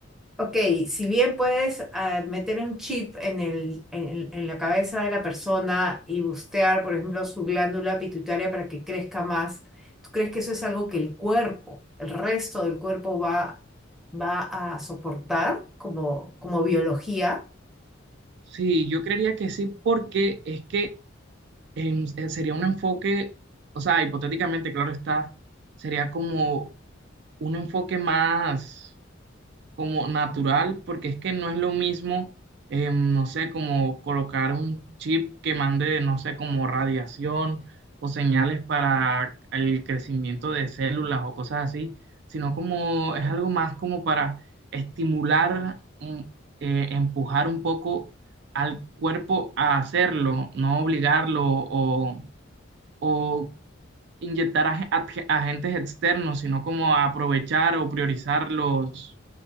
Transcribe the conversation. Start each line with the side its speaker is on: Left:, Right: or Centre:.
Centre: ok, si bien puedes ah, meter un chip en el, en, el- en la cabeza de la persona y bustear, por ejemplo, su glándula pituitaria para que crezca más, ¿tú crees que eso es algo que el cuerpo, el resto del cuerpo va, va a soportar como, como biología?
Right: Sí, yo creería que sí, porque es que em, eh, sería un enfoque, o sea, hipotéticamente, claro está, sería como un enfoque más como natural, porque es que no es lo mismo, eh, no sé, como colocar un chip que mande, no sé, como radiación o señales para el crecimiento de células o cosas así, sino como es algo más como para estimular, mm, eh, empujar un poco al cuerpo a hacerlo, no obligarlo o o inyectar ag- ag- agentes externos, sino como aprovechar o priorizar los,